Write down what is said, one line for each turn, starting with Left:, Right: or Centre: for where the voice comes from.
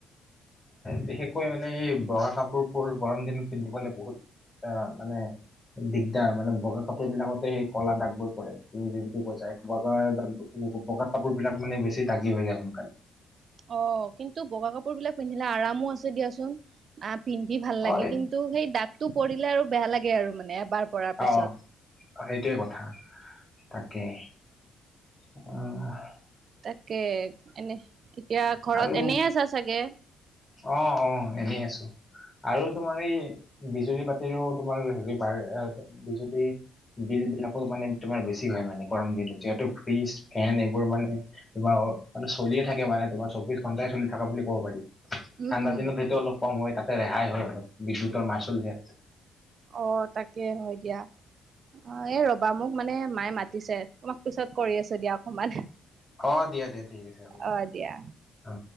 Left: বিশেষকৈ মানে এই বগা কাপোৰবোৰ গৰম দিনত পিন্ধিবলৈ বহুত। তা মানে। দিগদাৰ মানে বগা কাপোৰ বিলাকতে সেই ক'লা দাগবোৰ পৰে তুমি যোনটো কৈছা বগা দাগ। বগা কাপোৰ বিলাক মানে বেছি দাগি হৈ যায়। সোনকালে
Right: অ কিন্তু বগা কাপোৰ বিলাক পিন্ধিলে আৰামো আছে দিয়াচোন আহ পিন্ধি ভাল
Left: হয়
Right: লাগে কিন্তু ত সেই দাগতটো পৰিলে আৰু বেয়া লাগে আৰু মানে এবাৰ পৰাৰ পিছত
Left: অ সেইটোৱে কথা তাকেই অহ
Right: তাকে এনে এতিয়া ঘৰত
Left: আৰু
Right: এনে আছা চাগে
Left: অ অ এনেই আছোঁ। আৰু তোমাৰ এই বিজুলী পাতিৰেও তোমাৰ হেৰি ডা--বিজুলী বিল বিলাকো মানে তোমাৰ বেছি হয় মানে গৰম দিনত যিহেতু ফ্ৰীজ ফেন এইবোৰ মানে তোমাৰ মানে চলিয়ে থাকে মানে তোমাৰ চৌবিশ ঘণ্টাই চলি থকা বুলি ক'ব পাৰি।
Right: উম
Left: ঠাণ্ডা
Right: উম
Left: দিনত সেইটো অলপ কম হয় তাতে ৰেহাই হয় অলপ বিদ্যুতৰ মাচুল দিয়াত
Right: অ তাকে হয় দিয়া অ এই ৰবা মোক মানে মায়ে মাতিছে। তোমাক পিছত কৰি আছোঁ দিয়া অকমান।
Left: অ দিয়া দিয়া ঠিক আছে হ'ব
Right: অ দিয়া।
Left: অ।